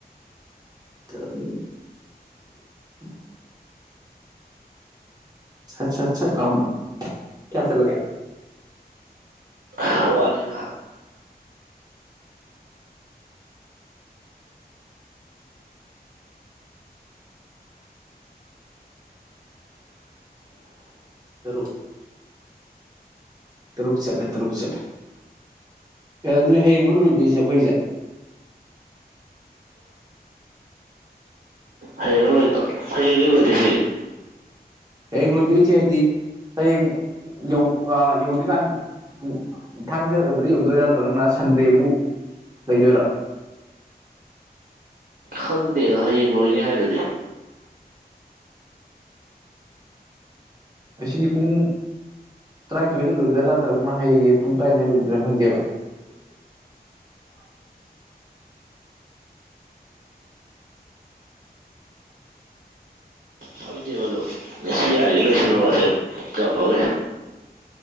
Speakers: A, on the right; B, on the right.
A: <unintelligible> ꯁꯠ ꯁꯠ ꯁꯠ ꯂꯥꯎꯅ ꯀꯌꯥ ꯆꯠꯂꯒꯦ
B: ꯍꯋꯥꯂꯤ ꯉꯍꯥꯛ
A: ꯇꯔꯨꯛ ꯇꯔꯨꯛ ꯆꯠꯂꯦ ꯇꯔꯨꯛ ꯆꯠꯂꯦ ꯑꯦ ꯑꯗꯨꯗꯤ ꯍꯌꯦꯡꯂꯣ ꯂꯣꯏꯗꯣꯏꯖꯦ ꯑꯩꯈꯣꯏꯖꯦ
B: ꯍꯩꯔꯒ ꯂꯣꯏꯗꯣ ꯍꯌꯦꯡꯅꯦ ꯂꯣꯏꯗꯣꯏꯁꯦ
A: ꯍꯌꯦꯡ ꯂꯣꯏꯗꯣꯏꯖꯦꯗꯤ ꯍꯌꯦꯡ ꯌꯧ ꯑꯥ ꯌꯧꯗ꯭ꯔꯤꯀꯥꯟ ꯎꯝ ꯊꯥꯡꯖꯕꯗꯤ ꯌꯧꯗꯣꯏꯔꯥ ꯅꯠꯇ꯭ꯔꯒꯅ ꯁꯟꯗ꯭ꯔꯦꯕꯨ ꯂꯩꯗꯣꯏꯔ
B: ꯈꯪꯗꯦꯗ ꯍꯌꯦꯡ ꯂꯣꯏꯅꯤ ꯍꯥꯏꯗꯨꯗꯤ
A: ꯑꯁꯤꯒꯤ ꯄꯨꯡ ꯇꯔꯥꯅꯤꯊꯣꯏꯗ ꯂꯣꯏꯗꯣꯏꯔꯥ ꯅꯠꯇ꯭ꯔꯒꯅ ꯍꯌꯦꯡꯒꯤ ꯄꯨꯡ ꯇꯔꯥꯅꯤꯊꯣꯏꯗ ꯂꯣꯏꯗꯣꯏꯔꯥ ꯈꯪꯗꯦꯕ ꯎ ꯊꯦ
B: ꯈꯪꯗꯦꯕꯗꯣ ꯉꯁꯤ ꯌꯥꯔꯤꯉꯩ ꯂꯣꯏꯁꯤꯜꯂꯨꯔꯁꯦ ꯀꯛꯂꯒꯦ